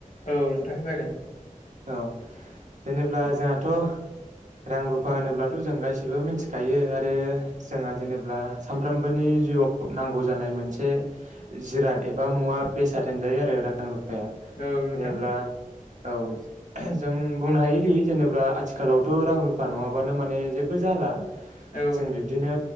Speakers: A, on the left; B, on the right.
A: औ नोंथां जागोन
B: औ जेनेब्ला जोंहाथ' रां रुफा होनोब्लाथ' जों गासिबो मिथिखायो आरो जोंहा जेनेबा सानफ्रोमबोनि जिउआव नांगौ जानाय मोनसे जिराद एबा मुवा बेसाद होनजायो आरो रां रुफा ओ जेनेबा
A: औ नोंथां
B: औ जों बुंनो हायोदि जेनेबा आथिखालावथ' रां रुफा नङाबानो माने जेबो बो जाला
A: औ
B: जों बिब्दिनो